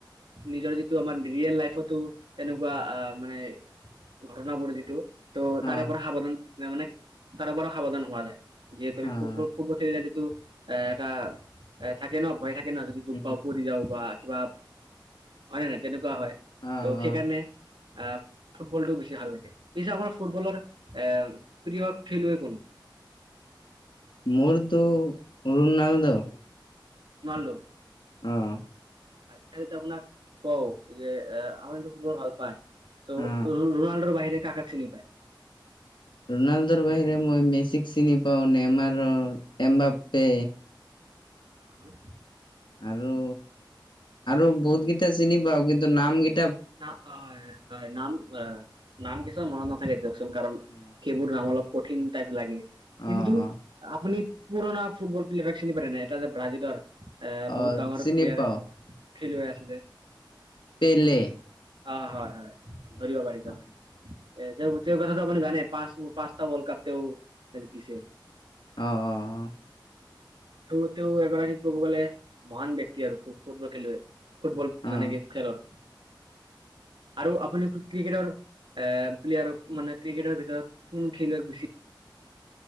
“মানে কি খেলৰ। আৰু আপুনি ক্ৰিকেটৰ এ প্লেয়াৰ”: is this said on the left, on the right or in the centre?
Right